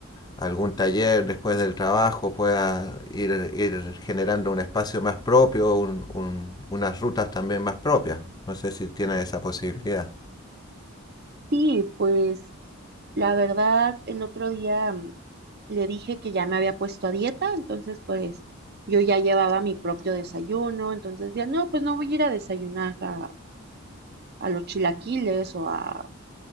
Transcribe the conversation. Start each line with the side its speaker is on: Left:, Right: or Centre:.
Left: algún taller después del trabajo, puedas ir, ir generando un espacio más propio, un- un- unas rutas también más propias. No sé si tienes esa posibilidad.
Right: Sí, pues la verdad, el otro día mm, le dije que ya me había puesto a dieta, entonces pues yo ya llevaba mi propio desayuno, entonces decía, no, pues no voy a ir a desayunar a, a los chilaquiles o a,